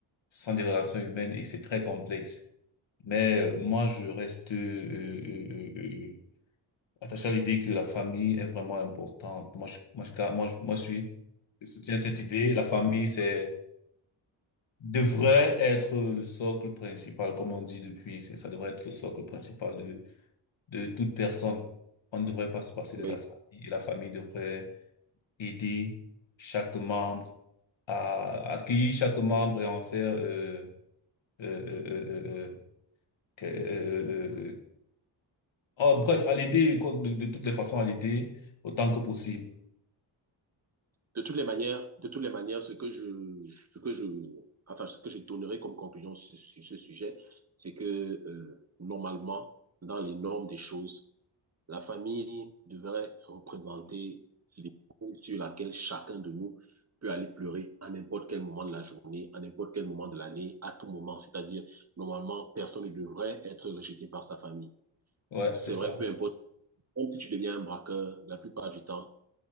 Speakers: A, on the left; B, on the right.
A: Ce sont des relations humaines et c'est très complexe. Mais euh, moi, je reste euh, euh, euh, euh, attaché à l'idée que la famille est vraiment importante. Moi, je, moi, je, gar- moi, je, moi, je suis, je soutiens cette idée. La famille, c'est, devrait être le socle principal, comme on dit depuis. C'est, ça devrait être le socle principal de, de toute personne. On ne devrait pas se passer de
B: oui.
A: la famille. Et la famille devrait aider chaque membre à accueillir chaque membre et en faire, euh, euh, euh, euh, euh, euh, que- euh, euh, euh, euh, Ah, bref, à l'aider, quoi, de, de toutes les façons, à l'aider autant que possible.
B: De toutes les manières, de toutes les manières, ce que je, ce que je, enfin, ce que je donnerai comme conclusion sur, sur ce sujet, c'est que euh, normalement, dans les normes des choses, la famille devrait représenter l'épaule sur laquelle chacun de nous peut aller pleurer à n'importe quel moment de la journée, à n'importe quel moment de l'année, à tout moment. C'est-à-dire, normalement, personne ne devrait être rejeté par sa famille.
A: Ouais,
B: C'est
A: c'est ça.
B: vrai, peu importe. Même si tu deviens un braqueur, la plupart du temps,